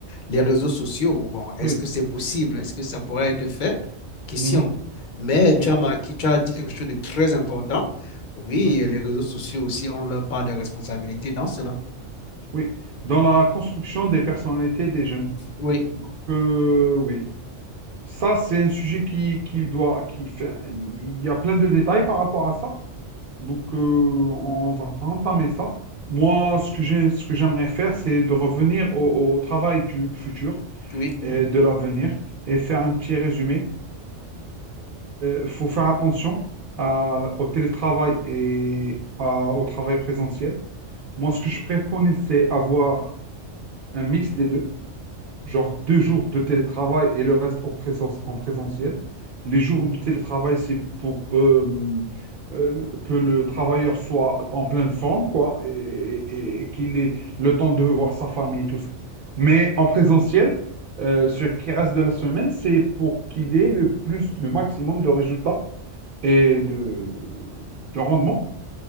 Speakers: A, on the left; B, on the right.
A: les réseaux sociaux. Bon, est-ce
B: Oui.
A: que c'est possible? Est-ce que ça pourrait être fait? Question.
B: Mhm.
A: Mais
B: Oui.
A: tu as marqué, tu as dit quelque chose de très important. Oui,
B: Oui.
A: les réseaux sociaux aussi ont leur part de responsabilité dans cela.
B: Oui. Dans la construction des personnalités des jeunes.
A: Oui,
B: euh, oui. Ça, c'est un sujet qui, qui doit, qui fait, il y a plein de détails par rapport à ça. Donc, euh, on va pas entamer ça. Moi, ce que j'ai, ce que j'aimerais faire, c'est de revenir au, au travail du futur
A: oui,
B: et de l'avenir et faire un petit résumé. Il faut faire attention à- au télétravail et à- au travail présentiel. Moi, ce que je préconise, c'est avoir un mix des deux genre deux jours de télétravail et le reste en présence, en présentiel. Les jours de télétravail, c'est pour que, euh, euh, que le travailleur soit en pleine forme, quoi, et, et- et qu'il ait le temps de voir sa famille et tout ça. Mais en présentiel, euh, ce qui reste de la semaine, c'est pour qu'il ait le plus, le maximum de résultats et de, de rendement.